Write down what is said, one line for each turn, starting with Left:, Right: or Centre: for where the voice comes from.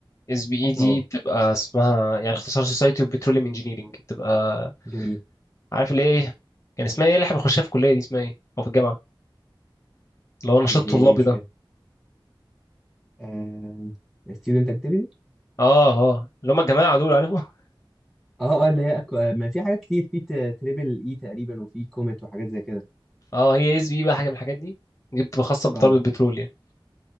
Left: اس بي اي دي
Centre: اه
Left: بتبقى اسمها يعني اختصار سوسايتي اوف بتروليوم انجينيرنج بتبقى
Centre: جميل
Left: عارف اللي هي ايه كان اسمها ايه اللي احنا بنخشها في الكليه دي اسمها ايه او في الجامعه اللي هو نشاط
Centre: اللي هي
Left: طلابي
Centre: ايه مش
Left: ده
Centre: فاهم آه student activity
Left: اه اه اللي هم الجماعه دول عارفهم <laughs>
Centre: اه اه اللي هي أكو... آه ما في حاجات كتير في تريبل اي تقريبا وفي كوميت وحاجات زي كده
Left: اه هي اس بي بقى حاجه من الحاجات دي دي بتبقى خاصه بضرب
Centre: اه
Left: البترول يعني